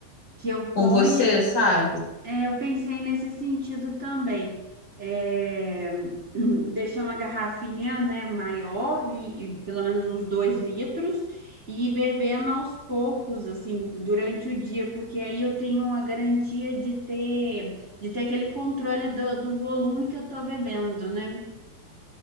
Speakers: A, on the right (about 15°); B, on the left (about 40°).
A: que eu
B: com
A: ponha,
B: você, sabe?
A: é, eu pensei nesse sentido também. É, <clears throat> hum, deixar uma garrafinha, né, maior e, e pelo menos uns dois litros e ir bebendo aos poucos, assim, durante o dia, porque aí eu tenho uma garantia de ter, de ter aquele controle do, do volume que eu tô bebendo, né?